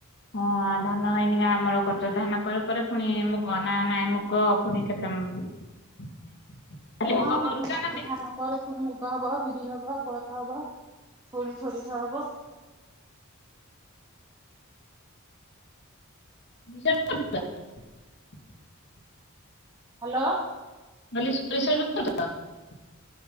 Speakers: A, on the left (about 55°); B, on the right (about 20°).
A: ହଁଆ ଧାନ ଏନିଗା ଆମଳ କରଚ ଧାନ ପରେ ଫରେ ଫୁଣୀ ମୁଗ ନା ନାଇଁ ମୁଗ ଫୁଣି କେତେ <inaudible>
B: ହଁ
A: ମୁଗ କରୁଛ
B: ଧା-ଧାନ
A: ନା
B: ପରେ ପୁଣି ମୁଗ ହବ ବିରି ହବ କୋଳଥ ହବ ପୁଣି ସୋରିଷ ହବ।
A: <unintelligible>
B: ହେଲୋ।
A: <unintelligible>